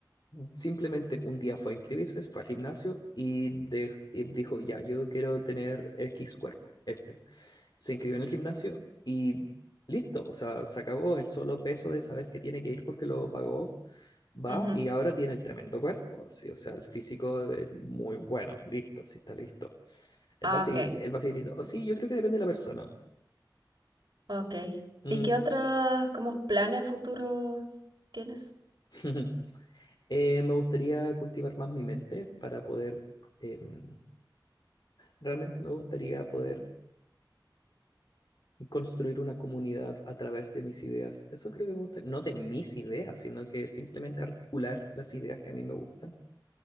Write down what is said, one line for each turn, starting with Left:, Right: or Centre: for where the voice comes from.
Left: simplemente un día fue a inscribirse, fue al gimnasio y, de- y dijo, ya, yo quiero tener X cuerpo, este. Se inscribió en el gimnasio y listo, o sea, se acabó el solo peso de saber que tiene que ir porque lo pagó, va
Right: Ujú.
Left: y ahora tiene el tremendo cuerpo, así, o sea, el físico es muy bueno, listo, sí está listo. Él
Right: Ah,
Left: va a seguir,
Right: ok.
Left: él va a seguir yendo. Oh, sí, yo creo que depende de la persona.
Right: Ok.
Left: Mm.
Right: ¿Y qué otros como planes a futuro tienes?
Left: <laughs> Eh, me gustaría cultivar más mi mente para poder... em, Realmente me gustaría poder construir una comunidad a través de mis ideas. Eso creo que me gusta, no de mis ideas, sino que simplemente articular las ideas que a mí me gustan